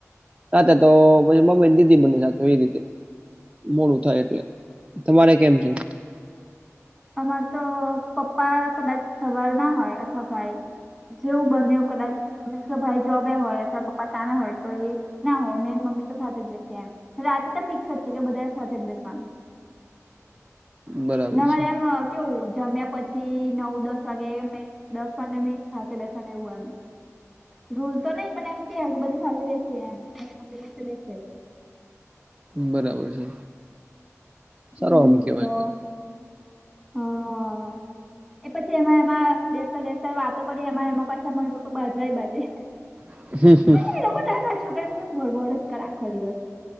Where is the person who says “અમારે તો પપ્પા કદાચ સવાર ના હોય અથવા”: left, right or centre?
Centre